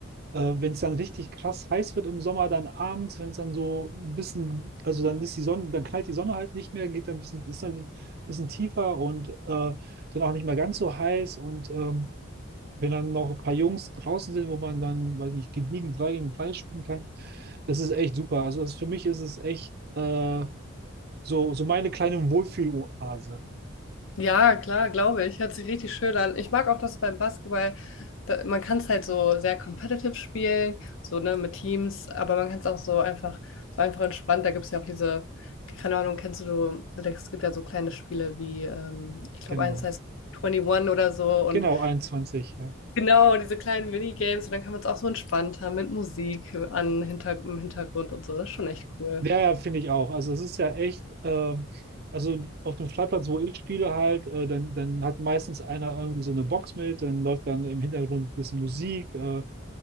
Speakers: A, on the right; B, on the left.
A: äh, wenn es dann richtig krass heiß wird im Sommer, dann abends, wenn es dann so ein bisschen, also dann ist die Sonne, dann knallt die Sonne halt nicht mehr, geht dann ein bisschen, ist dann ein bisschen tiefer und äh, dann auch nicht mehr ganz so heiß. Und ähm, wenn dann noch ein paar Jungs draußen sind, wo man dann, weiß nicht, gediegen 3 gegen 3 spielen kann, das ist echt super. Also das, für mich ist es echt. Äh, so, so meine kleine Wohlfühloase.
B: Ja, klar, glaube ich. Hört sich richtig schön an. Ich mag auch, dass beim Basketball, da, man kann es halt so sehr competitive spielen, so ne, mit Teams, aber man kann es auch so einfach, so einfach entspannt. Da gibt es ja auch diese, keine Ahnung, kennst du, es gibt ja so kleine Spiele wie, ähm, ich glaube,
A: Genau.
B: eins heißt 21 oder so und
A: Genau, 21, ja.
B: genau, diese kleinen Minigames und dann kann man es auch so entspannt haben mit Musik an, hinter, im Hintergrund und so. Das ist schon echt cool.
A: Ja, ja, finde ich auch. Also es ist ja echt, ähm, also auf dem Freiplatz, wo ich spiele halt, äh, dann, dann hat meistens einer irgendwie so eine Box mit, dann läuft dann im Hintergrund ein bisschen Musik äh,